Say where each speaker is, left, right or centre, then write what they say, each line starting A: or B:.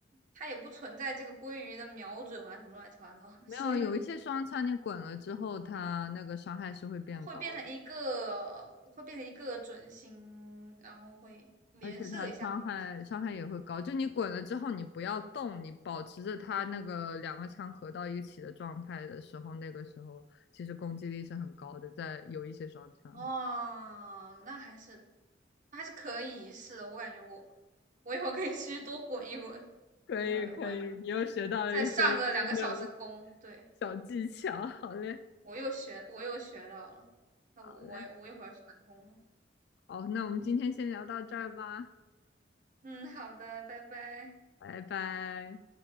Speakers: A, on the right (about 45°); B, on the left (about 65°).
A: 它也不存在这个鲑鱼的瞄准啊什么乱七八糟的所以
B: 没有，有一些双枪你滚了之后，它那个伤害是会变高的，
A: 会变成一个会变成一个准星，然后会连射一下，
B: 而且它伤害伤害也会高。
A: 好像。是。
B: 就你滚了之后，你不要动，你保持着它那个两个枪合到一起的状态的时候，那个时候其实攻击力是很高的，在有一些双枪。
A: 哦，那还是那还是可以，是的，我感觉我我一会儿可以去多滚一滚，
B: 可以可以，
A: 一会儿晚上再再上个两个小时工，
B: 你又学到了一些新的
A: 对，
B: 小技巧，好嘞。
A: 我又学我又学到了，那我我我一会儿去打工了
B: 好嘞，好，那我们今天先聊到这儿吧，
A: 嗯，好的，拜拜。
B: 拜拜。